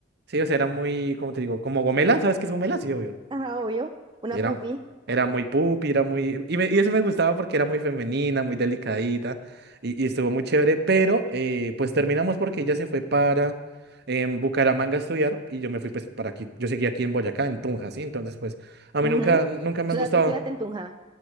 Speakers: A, on the right (about 55°); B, on the right (about 25°).
A: ¿sí? O sea, era muy, ¿cómo te digo? Como gomela, ¿sabes qué es gomela? Sí, obvio.
B: Ajá, obvio. Una
A: Y Era,
B: pupi.
A: era muy pupi, era muy... Y, me- y eso me gustaba porque era muy femenina, muy delicadita, y, y estuvo muy chévere, pero eh, pues terminamos porque ella se fue para em, Bucaramanga a estudiar y yo me fui pues para aquí, yo seguí aquí en Boyacá, en Tunja, ¿sí? Entonces pues a mí
B: Ujú.
A: nunca,
B: O
A: nunca me
B: sea,
A: ha gustado,
B: tú estudiaste en Tunja.